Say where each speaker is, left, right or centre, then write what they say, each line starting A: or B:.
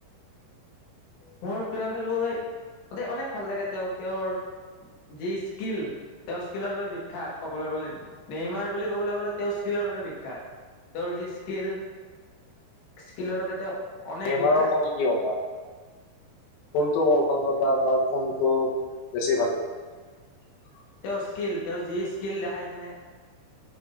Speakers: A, on the left; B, on the left.
A: মোৰ প্ৰিয় খেলুৱৈ অ অনেক ভাল লাগে তেওঁ তেওঁৰ যি স্কিল তেওঁৰ স্কিলৰ বাবে বিখ্যাত কবলৈ গ'লে নেইমাৰ বুলি ক'বলৈ গ'লে তেওঁৰ স্কিলৰ বাবে বিখ্যাত তেওঁৰ যি স্কিল স্কিলৰ বাবে তেওঁ অনেক
B: বেমাৰৰ
A: বিখ্যাত
B: ক কি হ'বা কোনটো কৌ ভাল লগতা আৰু কোনটো বেছি ভাল লাগে
A: তেওঁৰ স্কীিল তেওঁৰ যি স্কীিল দেখাই কিনে